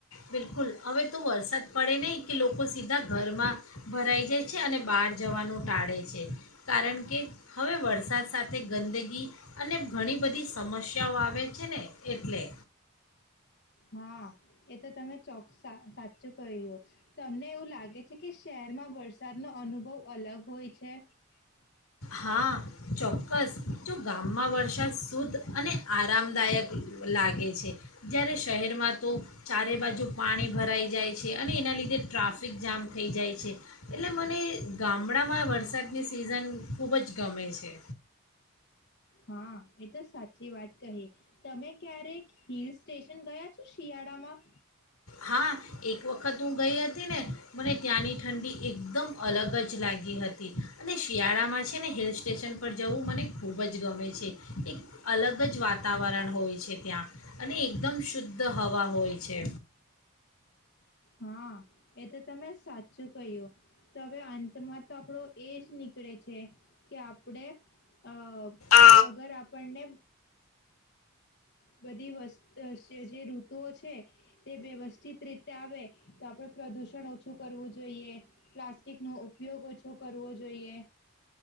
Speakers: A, on the left; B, on the left.
A: બિલકુલ. હવે તો વરસાદ પડે નહીં કે લોકો સીધા ઘરમાં ભરાઈ જાય છે, અને બહાર જવાનું ટાળે છે, કારણ કે હવે વરસાદ સાથે ગંદગી અને ઘણી બધી સમસ્યાઓ આવે છે ને એટલે.
B: હા એ તો તમે ચોક સા સાચું કહ્યું. તમને એવું લાગે છે કે શહેરમાં વરસાદ નો અનુભવ અલગ હોય છે?
A: હા ચોક્કસ. જો ગામમાં વર્ષા શુદ્ધ અને આરામદાયક લાગે છે. જયારે શહેરમાં તો ચારે બાજુ પાણી ભરાઈ જાય છે અને એના લીધે ટ્રાફિક જામ થઈ જાય છે. એટલે મને ગામડામાં વરસાદની સિઝન ખૂબ જ ગમે છે.
B: હા એ તો સાચ ચી વાત કહી. તમે ક્યારેક હિલ સ્ટેશન ગયા છો? શિયાળ માં
A: હા એક વખત વખતું ગઈ હતી ને મને ત્યાંની ઠંડી એકદમ અલગ જ લાગી હતી અને શિયાળામાં છે ને હિલ સ્ટેશન પર જવું મને ખૂબ જ ગમે છે એક અલગ જ વાતાવરણ હોય છે ત્યાં અને એકદમ શુદ્ધ હવા હોય છે.
B: હા એ તો તમે સાચું કહ્યું તો હવે અંતમાં તો આપણો એજ નીકળે છે કે આપણેે અ
A: અ
B: અગર આપણને બધી જે ઋતુઓ છે તે વ્યવસ્થિત રીતે આવે તો આપણે પ્રદુષણ ઓછું કરવું જોઈએ પ્લાસ્ટિક નો ઉપયોગ ઓછો કરવો જોઈએ.